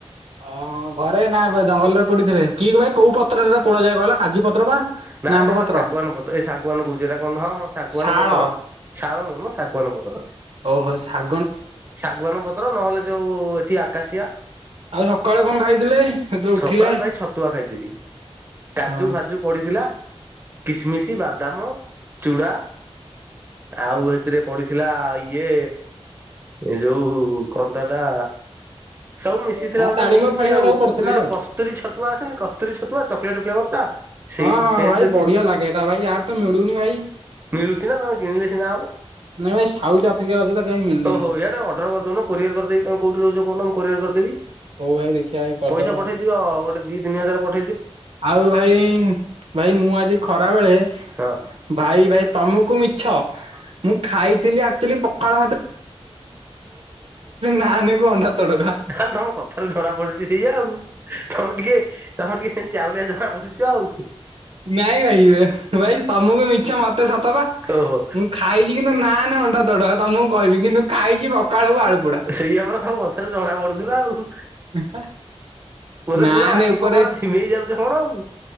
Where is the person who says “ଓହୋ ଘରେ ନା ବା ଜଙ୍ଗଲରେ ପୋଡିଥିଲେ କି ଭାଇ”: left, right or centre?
Right